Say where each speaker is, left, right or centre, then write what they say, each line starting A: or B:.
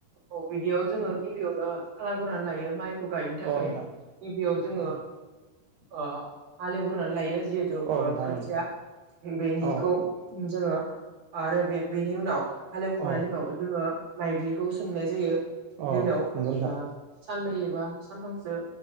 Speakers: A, on the right (about 45°); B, on the right (about 70°).
A: औ बिदियाव जोङो गिबियावनो खालाम ग्रोनालायो माइखौ गायनो थाखाय
B: अ नोंथां
A: गिबियाव जोङो ओ हाल एवगोरनानै लायो जिहेथु
B: औ
A: ओ
B: नोंथां
A: खोथिया बेनिखौ
B: औ
A: जोङो आरो बे बेनि उनाव हालेवखांनायनि
B: औ
A: उनाव जोङो माइग्लिखौ सोमनाय जायो
B: औ
A: दैयाव
B: नंगौ नोंथां
A: ओ साननै एबा सानथामसो